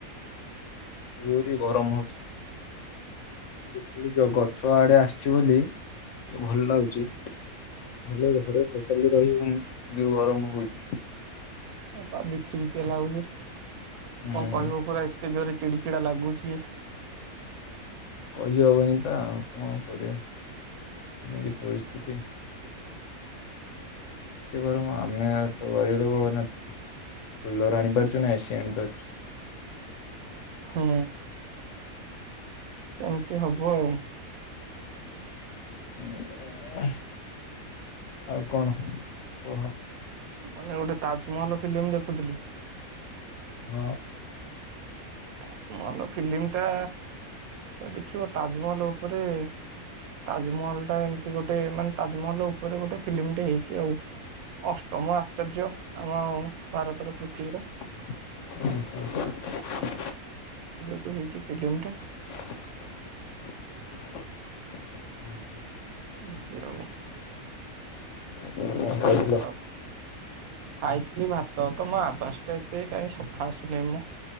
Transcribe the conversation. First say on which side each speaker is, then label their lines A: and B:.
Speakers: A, on the left; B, on the right.
A: ଜୋରେ ଗରମ ହଉଛିି। ତିତିଲି ଯୋଉ ଗଛ ଆଡେ ଆସିଛି ବୋଲି ଟିକେ ଭଲ ଲାଗୁଚି। ନହେଲେ ଘରେ ଟୋଟାଲି ରହି ହଉନି ଯଉ ଗରମ ହଉଛି।
B: ହଁ ବିତି ବିତି ଲାଗୁଛି କଣ
A: ହୁଁ
B: କହିବ କହୁନାହାନ୍ତି। ଏତେ ଜୋରେ ଚିଡି ଚିଡା ଲାଗୁଚି।
A: କହିହେବନି ତା କଣ କରିବା ଏମିତି ପରିସ୍ଥିତି।
B: ହୁଁ <unintelligible>
A: ଏତେ ଗରମ ଆମେ ଆଉ ତ ଗରିବ ଲୋକ କୁଲର ଆଣିପାରୁଛୁ ନା ଏସିି ଆଣିପାରୁଛୁ।
B: ହଁ। ସେମିତି ହବ ଆଉ।
A: ଉଁ ଆଉ କଣ କୁହ।
B: ମାନେ ଗୋଟେ ତାଜମହଲ ଫିଲ୍ମ ଦେଖୁଥିଲି।
A: ଅ।
B: ତାଜମହଲ ଫିଲ୍ମ ଟା ଦେଖିବ ତାଜମହଲ ଉପରେ। ତାଜମହଲ ଟା ଏମିତି ଗୋଟେ ମାନେ ତାଜମହଲ ଉପରେ ଗୋଟେ ଫିଲ୍ମଟେ ହେଇଛି ଆଉ। ଅଷ୍ଟମ ଆଶ୍ଚର୍ଯ୍ୟ ଆମ ଭାରତର ପୃଥିବୀର।
A: <unintelligible>
B: ସେଥିଯୋଗୁ ହେଇଛି ଫିଲ୍ମ ଟା।
A: <unintelligible>
B: ଏମିତି ଆଉ।
A: <unintelligible>
B: ଉ ଖାଇଥିଲି ଭାତ ତମ ଆବାସ ଟା ଏତେ କାହିଁ ସଫା ଆସୁନାହିଁ ମ।